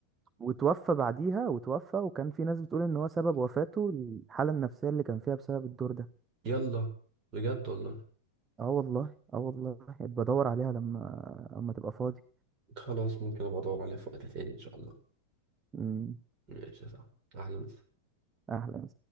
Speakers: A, on the right (about 20°); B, on the right (about 35°).
A: وتوفى بعديها وتوفى وكان في ناس بتقول ان هو سبب وفاته الحاله النفسيه اللي كان فيها بسبب الدور ده
B: يلا بجد والله
A: اه والله اه والله بدور عليها لما لما تبقى فاضي
B: خلاص ممكن ابقى ادور عليها في وقت تاني ان شاء الله
A: مم.
B: ماشي صح احلى مسا
A: أهلا